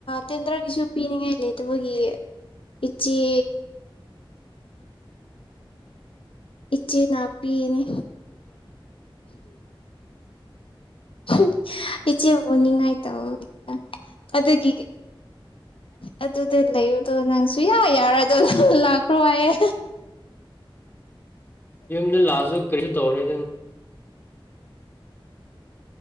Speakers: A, on the left (about 75°); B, on the left (about 25°).
A: ꯇꯦꯟꯗ꯭ꯔꯒꯤꯁꯨ ꯄꯤꯅꯤꯡꯉꯥꯏ ꯂꯩꯇꯦ ꯑꯗꯨꯒꯤ ꯏꯆꯦ ꯏꯆꯦ ꯉꯅꯥꯄꯤꯤꯅꯦ <unintelligible> ꯏꯆꯦꯕꯨ ꯉꯥꯏ ꯇꯧ ꯑꯗꯨꯒꯤ ꯑꯗꯨꯗ ꯂꯩꯔꯨꯗꯣ ꯅꯪ ꯁꯌꯥ ꯌꯥꯔꯗꯣ ꯂ ꯂꯥꯛꯈ꯭ꯔꯣ ꯍꯥꯏꯌꯦ
B: ꯅ ꯂꯥꯖꯨꯛ ꯀꯔꯤꯁ ꯇꯣꯜꯂꯤ